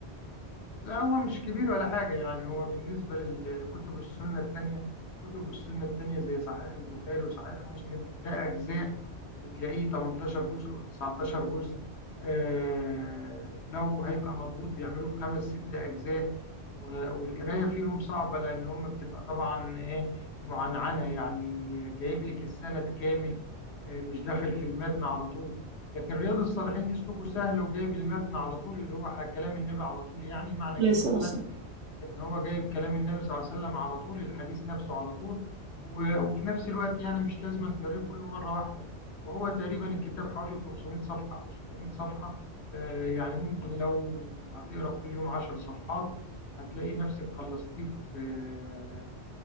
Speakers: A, on the left; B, on the right.
A: لا هو مش كبير ولا حاجة يعني هو بالنسبة لل- لكتب السنة التانية كتب السنة التانية زي صحيح البخاري وصحيح مسلم ده أجزاء وبتلاقيه 18 جزء و19 جزء آه لو هيبقى مضغوط بيعملوه في خمس ست أجزاء و- والقراية فيهم صعبة لأن هم بتبقى طبعا إيه معنعنة يعني جايب لك السند كامل آه، مش داخل في المتن على طول لكن رياض الصالحين اسلوبه سهل وجايب المتن على طول اللي هو ح- كلام النبي على طول يعني معنى
B: عليه
A: كلمة
B: الصلاة والسلام
A: متن ان هو جايب كلام النبي صلى الله عليه وسلم على طول الحديث نفسه على طول و- وفي نفس الوقت يعني مش لازم أن تقريه كله مرة واحدة وهو تقريبا الكتاب حوالي 500 صفحة او 600 صفحة آه، يعني ممكن لو هتقرا كل يوم 10 صفحات هتلاقي نفسك خلصتيه في آه،